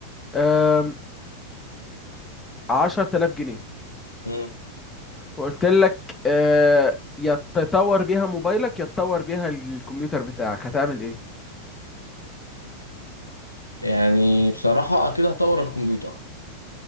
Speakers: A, on the left; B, on the left.
A: آم، 10000 جنيه
B: مم.
A: وقلت لك آه، يا تطور بيها موبايلك يا تطور بيها الكمبيوتر بتاعك هتعمل إيه؟
B: يعني بصراحة أكيد هطور الكمبيوتر